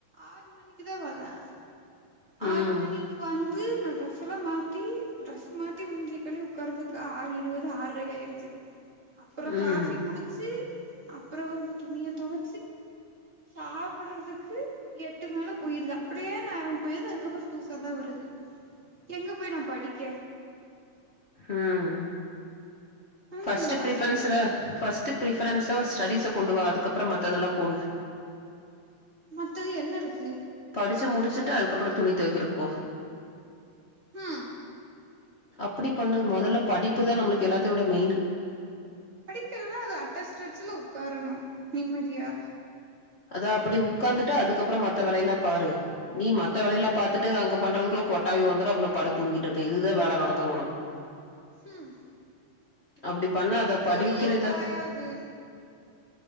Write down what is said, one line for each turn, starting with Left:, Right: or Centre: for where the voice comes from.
Right: ஆறு மணிக் இத வர்றே ஆறு
Left: ம்
Right: மணிக்கு வந் இது என்ன டிரஸ் அதுக்குள்ள மாத்தி டிரஸ் மாத் பத்தி மூஞ்சிய கழுவி உக்காறதுக்கு ஆறு இருபது ஆறை ஆயிருது அப்றோ
Left: ம்
Right: காஃபி
Left: ம்
Right: குடிச்சி அப்பறோ வந்து துணிய தொவ சாப் ப்டுறதுக்கு எட்டு மேல போயிருது அப்டியே நேரோ போயிருது அதுக்கப்பறோ தூக்கந்தா வருது எங்க போய் நா படிக்க
Left: ஆஹ்
Right: அந்த
Left: ஃபர்ஸ்ட்
Right: வாஷ்ரூம்
Left: பிரிபரன்ஸ்ல ஃப ர்ஸ்ட் பிரிஃபரென்ஸ்ஸா ஸ்டடிஸ்ஸ கொண்டு வா அதுக்கப்பறோ மத்ததெல்லா போடு
Right: மத்தது என்ன இருக்கு
Left: படிச்சி முடிச்சு ட்டு அதுக்கப்பறோ துணி தொவக்கிறக்கு போ
Right: ஆ
Left: அப்டி பண்ணு மொதல்ல படிப்புதா நம்மளுக்கு எல்லாத்த விட மெயின்
Right: படிக்கலனா அது அட்டஸ்டிரச்சல உக்காரணு நிம்மதியா
Left: அதா அப்டி உக்காந்துட்டு அதுக்கப்பறோ மத்த வேலயல்லா பாரு நீ மத்த வேலயல்லா பாத்துட்டு அங்க பண்றதுக்குள்ள கொட்டாவி வந்துரு அப்றோ படுத்து தூங்கி ட்ருக்கு இதுதா வேல நடக்குது உனக்கு
Right: ம்
Left: அப்டி பண்ணாத
Right: துணியு
Left: படிவிக்கிறத
Right: காயாது